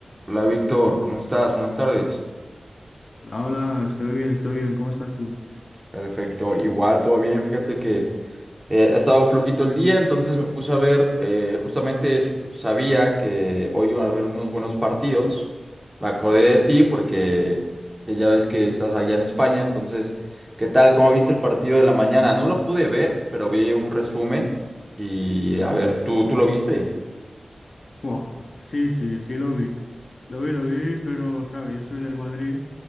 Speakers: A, on the right; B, on the left.
A: Hola Víctor, ¿cómo estás? Buenas tardes.
B: Hola, hola, estoy bien, estoy bien, ¿cómo estás tú?
A: Perfecto, igual todo bien. Fíjate que eh, ha estado flojito el día, entonces me puse a ver, eh, justamente s- sabía que hoy iban a haber unos buenos partidos. Me acordé de ti porque eh, ya ves que estás allá en España, entonces, ¿qué tal? ¿Cómo viste el partido de la mañana? No lo pude ver, pero vi un resumen y a ver, ¿tú, tú lo viste?
B: Buah, sí, sí, sí lo vi. Lo vi, lo vi, pero, sabe, Yo soy del Madrid,